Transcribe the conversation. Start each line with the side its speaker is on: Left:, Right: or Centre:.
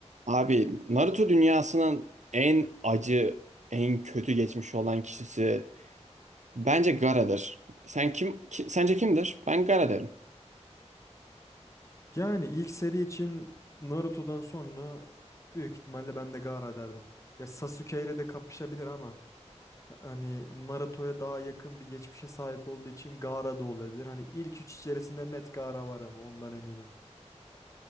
Right: Abi Naruto dünyasının en acı, en kötü geçmiş olan kişisi bence Gaara'dır. Sen kim ki- sence kimdir? Ben Gaara derim.
Left: Yani ilk seri için Naruto'dan sonra büyük ihtimalle ben de Gaara derdim. Ya Sasuke ile de kapışabilir ama hani Naruto'ya daha yakın bir geçmişe sahip olduğu için Gaara da olabilir. Hani ilk üç içerisinde net Gaara var ama ondan eminim.